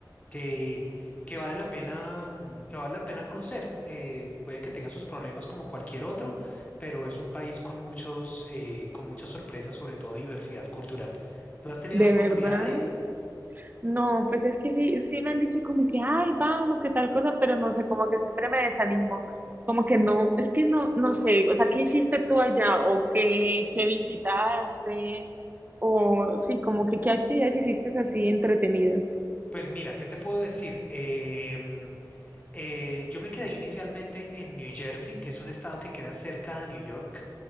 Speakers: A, on the left; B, on the right.
A: que, que vale la pena, mm, que vale la pena conocer. Eh, puede que tenga sus problemas como cualquier otro, pero es un país con muchos, eh, con muchas sorpresas, sobre todo diversidad cultural. ¿Tú has tenido
B: De
A: la oportunidad
B: verdad.
A: de ir?
B: No, pues es que sí, sí me han dicho como que, ay, vamos, qué tal cosa, pero no sé, como que siempre me desanimo, como que no, es que no, no sé, o sea, ¿qué hiciste tú allá? ¿O qué, qué visitaste? O sí, como que qué actividades hiciste así entretenidas.
A: Pues mira, ¿qué te puedo decir? Em, Eh, yo me quedé inicialmente en New Jersey, que es un estado que queda cerca de New York,